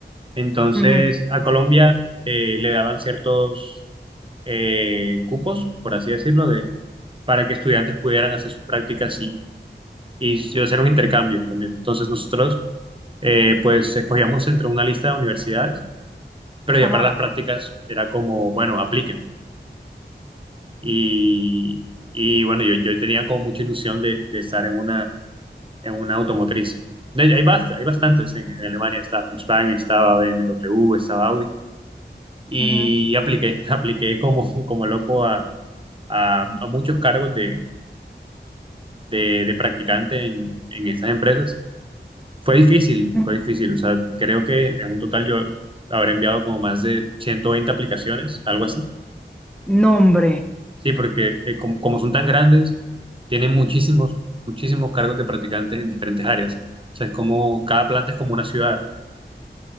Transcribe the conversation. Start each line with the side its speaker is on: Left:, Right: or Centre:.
Right: Entonces,
Centre: Ujú,
Right: a Colombia eh, le daban ciertos eh, cupos, por así decirlo, para que estudiantes pudieran hacer sus prácticas y, y hacer un intercambio también. Entonces nosotros eh, pues escogíamos entre una lista de universidades, pero ya
Centre: Ajá.
Right: para las prácticas era como, bueno, apliquen. Y, y bueno, yo, yo tenía como mucha ilusión de, de estar en una, en una automotriz. De- Hay, bast- hay bastantes en, en Alemania, está Volkswagen, estaba BMW, estaba Audi, y
Centre: ujú,
Right: apliqué, <laughs> apliqué como, como loco a, a, a muchos cargos de, de, de practicante en, en estas empresas Fue difícil,
Centre: ujú.
Right: fue difícil. O sea, creo que en un total yo habré enviado como más de 120 aplicaciones, algo así.
Centre: Nombre.
Right: Sí, porque eh, como, como son tan grandes, tienen muchísimos, muchísimos cargos de practicantes en diferentes áreas. O sea, es como, cada planta es como una ciudad.